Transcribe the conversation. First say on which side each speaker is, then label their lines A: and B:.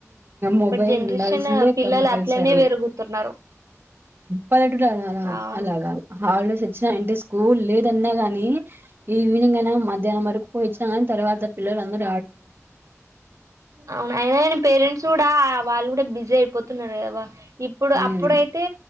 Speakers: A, on the right (about 85°); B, on the right (about 40°).
A: ఇప్పుడు
B: మొబైల్
A: జనరేషన్
B: ఉండాల్సిందే
A: పిల్లలు
B: కంపల్సరీ
A: అట్లనే పెరుగుతున్నారు
B: పదటలు
A: అవును
B: అలాగాదు అవు సచ్చిన ఇంటే కూల్ లేదన్నా గాని ఈవినింగ్ అయినా మధ్యాహ్నం వరకు పోయి వచ్చినా తర్వాత పిల్ల అ
A: అవును అయనన పేరెంట్స్ కూడా వాళ్ళు కూడా బిజీ అయిపోతున్నారు కదా ఇప్పుడు
B: ఉమ్,
A: అప్పుడైతే